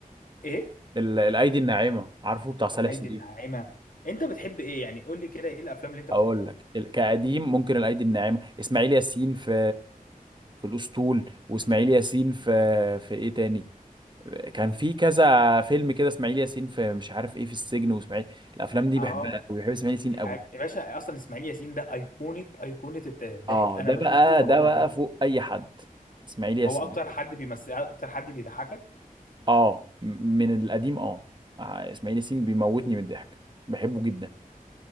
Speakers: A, on the left; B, on the right.
A: إيه؟
B: ال- الايدي الناعمه عارفه بتاع صالح
A: الأيدي
B: سليم
A: الناعمة أنت بتحب إيه يعني قول لي كده إيه الأفلام اللي أنت
B: اقول
A: بتحبها؟
B: لك ال- كقديم ممكن الايدي الناعمه اسماعيل ياسين في في الاسطول واسماعيل ياسين في في ايه تاني كان في كذا فيلم كده اسماعيل ياسين في مش عارف ايه في السجن واسماعيل الافلام دي
A: آه
B: بحبها قوي بحب اسماعيل ياسين
A: يا
B: قوي
A: باشا أصلا إسماعيل ياسين ده أيقونة أيقونة الضحك
B: اه
A: أنا
B: ده
A: بشوفه
B: بقى
A: بموت
B: ده
A: من
B: بقى
A: الضحك
B: فوق اي حد اسماعيل ياسين
A: هو أكتر حد بيمثل أكتر حد بيضحكك
B: اه م- من القديم اه آه، اسماعيل ياسين بيموتني من الضحك بحبه جدا